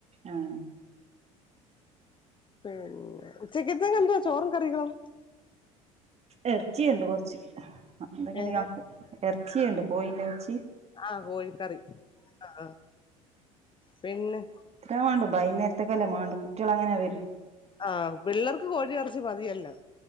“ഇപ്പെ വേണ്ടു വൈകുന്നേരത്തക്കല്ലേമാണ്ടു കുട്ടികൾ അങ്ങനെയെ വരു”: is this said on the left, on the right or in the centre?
Right